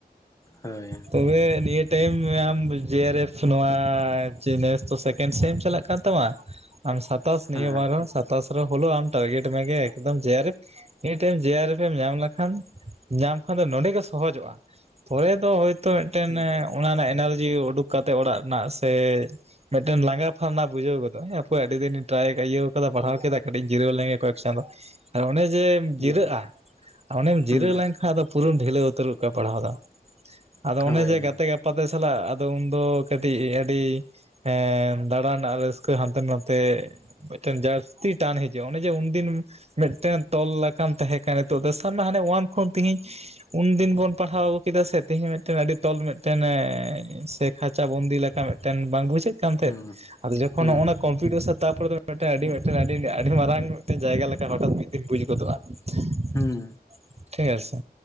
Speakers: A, on the left (about 20°); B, on the right (about 40°).
A: ᱦᱳᱭ ᱦᱮᱸ
B: ᱛᱚᱵᱮ ᱱᱤᱭᱟᱹ ᱴᱤᱭᱤᱢ <unintelligible> ᱡᱤᱭᱟᱨᱮᱯᱷ ᱱᱚᱣᱟ ᱡᱤᱱᱮᱥ ᱫᱚ ᱥᱮᱠᱮᱱᱰ ᱥᱮᱢ ᱪᱟᱞᱟᱜ ᱠᱟᱱ ᱛᱟᱢᱟ? ᱟᱢ ᱥᱟᱛᱟᱥ ᱱᱤᱭᱟᱹ
A: ᱦᱩᱸ
B: ᱵᱟᱨᱦᱚ ᱥᱟᱛᱟᱥ ᱨᱮ ᱦᱚᱞᱚ ᱴᱟᱨᱜᱮᱴ ᱢᱮᱜᱮ ᱮᱠᱫᱚᱢ ᱡᱮᱭᱟᱨᱮᱯᱷ ᱢᱤᱴᱷᱮᱱ ᱡᱮᱭᱟᱨᱮᱯᱷ ᱮᱢ ᱧᱟᱢ ᱞᱮᱠᱷᱟᱱ ᱧᱟᱢ ᱠᱷᱟᱱ ᱫᱚ ᱱᱚᱰᱮ ᱜᱮ ᱥᱚᱦᱚᱡᱚᱜᱼᱟ, ᱯᱚᱨᱮ ᱫᱚ ᱦᱳᱭᱛᱳ ᱢᱤᱫᱴᱮᱱ ᱮᱸ ᱚᱱᱟ ᱨᱮᱱᱟᱜ ᱮᱱᱟᱨᱡᱤ ᱩᱰᱩᱠ ᱠᱟᱛᱮ ᱚᱲᱟᱜ ᱨᱮᱱᱟᱜ ᱥᱮ, ᱢᱤᱫᱴᱟᱹᱱ ᱞᱟᱸᱜᱟ ᱯᱷᱟᱨᱱᱟ ᱵᱩᱡᱷᱟᱹᱣ ᱜᱚᱫᱚᱜ-ᱟ, ᱦᱮᱸ ᱯᱩᱨᱟᱹ ᱟᱹᱰᱤ ᱫᱤᱱᱤᱧ ᱴᱨᱟᱭ ᱤᱭᱟᱹ ᱠᱟᱫᱟ ᱯᱟᱲᱦᱟᱣ ᱠᱮᱫᱟᱭ ᱠᱟᱹᱴᱤᱡ ᱡᱤᱨᱟᱹᱣ ᱞᱮᱱ ᱜᱮ ᱠᱚᱭᱮᱠ ᱪᱟᱸᱫᱚ᱾ ᱟᱨ ᱚᱱᱮ ᱡᱮᱢ
A: ᱦᱩᱸ
B: ᱡᱤᱨᱟᱹᱜᱼᱟ ᱚᱱᱮᱢ ᱡᱤᱨᱟᱹᱣ
A: ᱦᱩᱸ ᱦᱩᱸ
B: ᱞᱮᱱᱠᱷᱟᱱ ᱟᱫᱚᱼᱼ ᱯᱩᱨᱟᱹᱢ ᱰᱷᱤᱞᱟᱹᱣ ᱩᱛᱟᱹᱨ ᱜᱚᱜ ᱠᱟᱜᱼᱟ ᱯᱟᱲᱦᱟᱣ ᱫᱚ ᱟᱫᱚ ᱚᱱᱮ
A: ᱦᱳᱭ
B: ᱡᱮ ᱜᱟᱛᱮ ᱜᱟᱼᱼ ᱯᱟᱛᱮ ᱥᱟᱞᱟᱜ ᱟᱫᱚ ᱩᱱᱫᱚ ᱠᱟᱹᱴᱤᱡ ᱟᱹᱰᱤᱼᱼ ᱦᱮᱸ ᱫᱟᱬᱟᱱ ᱨᱮᱱᱟᱜ ᱨᱟᱹᱥᱠᱟᱹ ᱦᱟᱱᱛᱮ ᱱᱟᱛᱮᱼᱼ ᱢᱤᱫᱴᱮᱱ ᱡᱟᱥᱛᱤ ᱴᱟᱱ ᱦᱤᱡᱩᱜᱼᱟ ᱚᱱᱮ ᱡᱮ ᱩᱱᱫᱤᱱ ᱢᱤᱫᱴᱮᱱ ᱛᱚᱞ ᱞᱮᱠᱼᱼ ᱠᱟᱱ ᱛᱟᱦᱮᱸ ᱠᱟᱱ ᱱᱤᱛᱚᱜ ᱫᱚ ᱥᱟᱵ ᱢᱮ ᱦᱟᱱᱮ ᱳᱣᱟᱱ ᱠᱷᱚᱱ ᱛᱤᱦᱤᱧ ᱩᱱᱫᱤᱱ ᱵᱚᱱ ᱯᱟᱲᱦᱟᱣᱼᱼ ᱠᱮᱫᱟ ᱥᱮ ᱛᱤᱦᱤᱧ ᱢᱤᱫᱴᱮᱱ ᱟᱹᱰᱤ ᱛᱚᱞ ᱢᱤᱫᱴᱮᱱ ᱮᱻ ᱥᱮ ᱠᱷᱟᱪᱟ ᱵᱚᱱᱫᱤ ᱞᱮᱠᱟ ᱢᱤᱫᱴᱮᱱ ᱵᱟᱝ ᱵᱩᱡᱟᱹᱜᱼᱼ ᱠᱟᱱᱛᱮᱫ
A: ᱦᱩᱸ
B: ᱟᱫᱚ ᱡᱚᱠᱷᱚᱱ
A: ᱦᱩᱸ
B: ᱱᱚᱜᱼᱚᱱᱟ ᱠᱚᱢᱯᱤᱭᱩᱴᱟᱨ ᱥᱟᱼᱼ ᱛᱟᱯᱚᱨᱮ ᱫᱚ ᱢᱤᱫᱴᱮᱱ ᱟᱹᱰᱤ ᱢᱤᱫᱴᱮᱱ ᱟᱹᱰᱤ ᱟᱹᱰᱤ ᱢᱟᱨᱟᱝ ᱢᱤᱫᱴᱮᱱ ᱡᱟᱭᱜᱟ ᱞᱮᱠᱟ ᱦᱚᱴᱟᱛ ᱢᱤᱫ ᱫᱤᱱ ᱵᱩᱡ ᱜᱚᱫᱚᱜᱼᱟ
A: ᱦᱩᱸ
B: ᱾ ᱴᱷᱤᱠ ᱟᱪᱷᱮᱼᱼ